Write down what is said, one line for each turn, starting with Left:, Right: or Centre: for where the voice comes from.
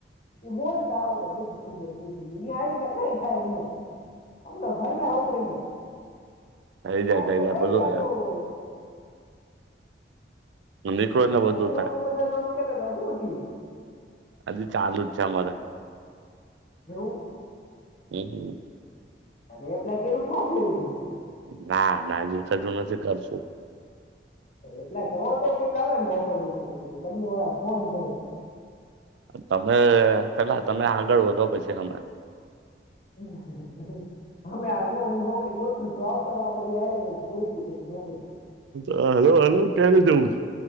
Left: ઈ બોલતા આવડે બધુ થઈ જાય બુધ થઈ જાય આવીને કઈ થાય ની હમણા ઘર ના વપરી જાય
Right: થઈ જાય
Left: આ
Right: થઈ
Left: તો
Right: જાય
Left: પૈસા
Right: બધું
Left: ન હોય
Right: નીકળો એટલે
Left: તમે
Right: બધું
Left: નોકરી
Right: થાય
Left: બદાવાનું કેતા હતા હું થયું
Right: આજે ચાલુ જ છે અમારે
Left: એવું
Right: હમ
Left: આપે એપ્લાય કયરુ <unintelligible>
Right: ના ના જે થતું નથી કરશું
Left: એપ્લાય કરવા તો કઈક આવે ને ઓફર બોફર પછી તમને વાળા ફોન કરે
Right: તમે પેલા તમે આગળ વધો પછી અમે
Left: <inaudible> અમે આ જો હું નોકરી ગોત છું આવતાર આપડે જ્યારેને ગોતી પછી નોકરી
Right: હા હલો હલો ક્યા નું જવું છે